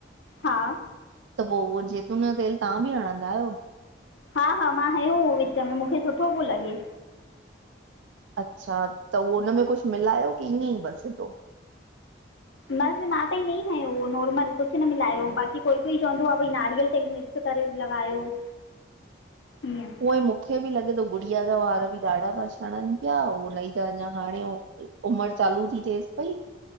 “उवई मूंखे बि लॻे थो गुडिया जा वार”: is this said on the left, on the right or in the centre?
Right